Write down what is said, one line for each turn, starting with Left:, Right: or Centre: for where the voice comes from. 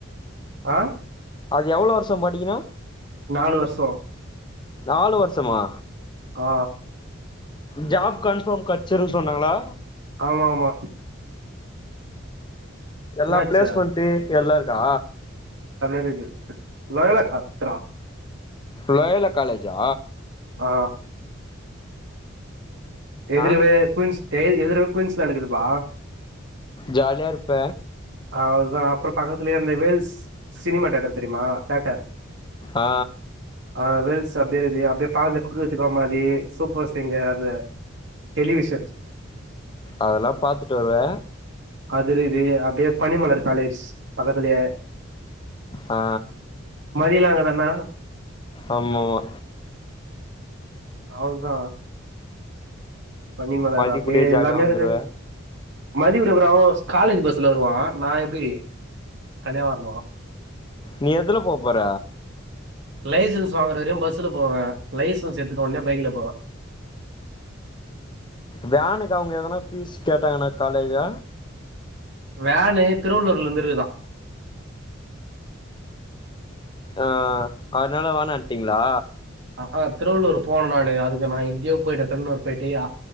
Right: ஆ
Left: அது எவ்ளோ வர்ஷம் படிக்கணு
Right: நாலு வர்ஷோ
Left: நாலு வருஷமா
Right: ஆ
Left: ஜாப் கன்ஃபர்ம் கெச்சுருன் சொன்னாங்களா
Right: ஆமாமா
Left: எல்லா
Right: என்னாச்சு
Left: பிளேஸ்மெண்டு எல்லா இருக்கா
Right: இன்டர்வியூ இருக்கு லோயலா காத்றா
Left: லயோலா காலேஜா
Right: ஆ எதுருவே
Left: நான்
Right: குவின்ஸ் எ எதுரு குவின்ஸ் லனுக்குதுப்பா
Left: ஜாலியா இருப்ப
Right: அதா அப்பறோ பக்கத்லயே அந்த வேல்ஸ் சினிமா டேட்டர் தெரிமா டேட்டர்
Left: ஆ
Right: அ வேல்ஸ் அப்டியே ரிவ்யு அப்டியே பாலக்கு த்து கோமாரி சூப்பர் சிங்கர் அத டெலிவிஷன்ஸ்
Left: அதெல்லா பாத்துட்டு வருவ
Right: கதுருது அப்டியே பனிமலர் காலேஜ் பக்கத்துலியே
Left: ஆ
Right: மதியிலாங்கடனா
Left: ஆமாமா
Right: அவ்ளோதா பனிமலர்
Left: மதிய
Right: அப்டியே
Left: கூடயே ஜாலியா
Right: எல்லாமே
Left: வந்துருவே
Right: இருது மதியுடைய ஒரு அவ்வோர்ஸ் காலேஜ் பஸ்ல வருவா நா எப்டி தனியா வரணு
Left: நீ எதுல போ போற
Right: லைசன்ஸ் வாங்குற வரையு பஸ்ல போவ லைசன்ஸ் எத்துட்ட ஒடனே பைக்கில போவ
Left: வேனுக்கா அவங்க எதனா பீஸ் கேட்டாங்கன்னா காலேஜ்ல
Right: வேனு திருவள்ளூர்ல இருந்துருத்துதா
Left: ஆ அதுனால வேணான்டீங்களா
Right: ஆ திருவள்ளூர் போன நானு அதுக்கு நா இந்தியாவுக் போயி திருவள்ளூர் போயிட்டு அ